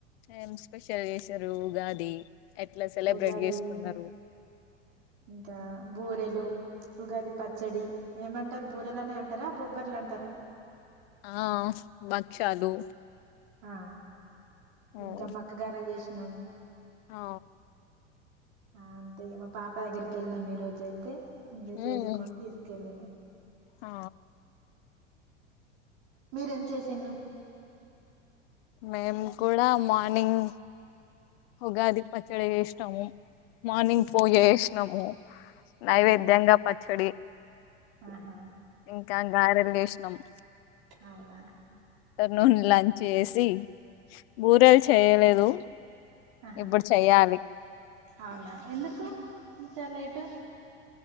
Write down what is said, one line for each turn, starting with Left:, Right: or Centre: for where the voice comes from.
Left: ఏం స్పెషల్ చేసారు ఉగాది ఎట్ల సెలబ్రేట్
Right: ఉగాది
Left: చేసుకున్నరు.
Right: ఇంకా బూరెలు ఉగాది పచ్చడి ఏమంటరు బూరెలనే అంటారా బొబ్బట్లంటరా?
Left: ఆ భక్షాలు
Right: ఆ
Left: ఉమ్,
Right: ఇంకా మక్క గారెల్ చేసి నం
Left: ఆ
Right: ఆ అంతే ఇగ మా పాప దగ్గరికెవెళ్ళినం ఈ రోజైతే ఇంకా చేసుకొని
Left: ఉమ్,
Right: తీసుకెళ్ళినం
Left: ఆ
Right: మీరేం చేసింన్లు.
Left: మేము కూడా మార్నింగ్ ఉగాది పచ్చడ చేస్నము. మార్నింగ్
Right: మ్మ్
Left: పూజ చేసినము నైవేద్యంగా
Right: అవునా
Left: పచ్చడి
Right: ఆహా
Left: ఇంకా గారెల్ చేస్ నమ్.
Right: అవునా
Left: ర్నూన్ లంచ్ చేసి బూరెలు చేయలేదు.
Right: ఆహా
Left: ఇప్పుడు చెయ్యాలి
Right: అవునా ఎందుకూ? ఇంత లేట్